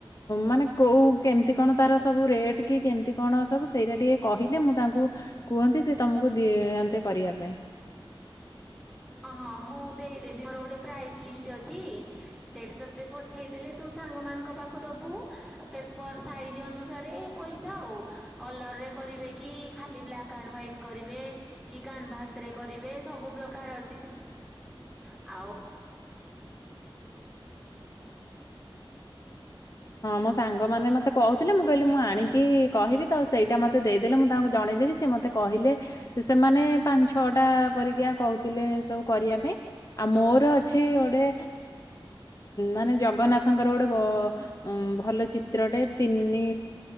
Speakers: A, on the left; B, in the centre.
A: ମାନେ କଉ କେମତି କଣ ତାର ସବୁ ରେଟ୍ କି କେମତି କଣ ସବୁ ସେଇଟା ଟିକେ କହିଲେ ମୁଁ ତାଙ୍କୁ କୁହ। ତମକୁ ଦିନ୍ତି କରିବା ପାଇଁ
B: ହ ହଁ ମୁଁ ଦେଇଦେବି ମୋର ଗୋଟେ ପ୍ରାଇସ୍ ଲିଷ୍ଟ ଅଛି ସେଇଠି ତୋତେ ପଠେଇଦେଲେ ତୁ ସାଙ୍ଗମାନଙ୍କ ପାଖ ଦବୁ ପେପର ସାଇଜ ଅନୁସାରେ ପଇସା ଆଉ କଲରରେ କରିବେ କି ଖାଲି ବ୍ଲାକ୍ ଆଣ୍ଡ ହ୍ାଇଟ କରିବେ କି କାନଭାସ ରେ କରିବେ ସବୁ ପ୍ରକାର ଅ ଯ ଆ
A: ହଁ ମୋ ସାଙ୍ଗମାନୋନ ମତେ କହୁଥିଲେ ମୁଁ କହିଲି ମୁଁ ଆଣିକି କହିବି ତ ସେଇଟା ମତେ ଦେଇଦେଲେ ମୁଁ ତାଙ୍କୁ ଜଣେଇଦେବି ସେି ମତେ କହିଲେ ସେମାନେ ପାଞ୍ଚ ଛଅଟା ପରିକା କହୁଥିଲେ ସବୁ କରିବା ପାଇଁ ଆଉ ମୋର ଅଛି ଗୋଟେ ମାନେ ଜଗନ୍ନାଥଙ୍କର ଗୋଟେ ଭଲ ଚିତ୍ରଟେ ତିନି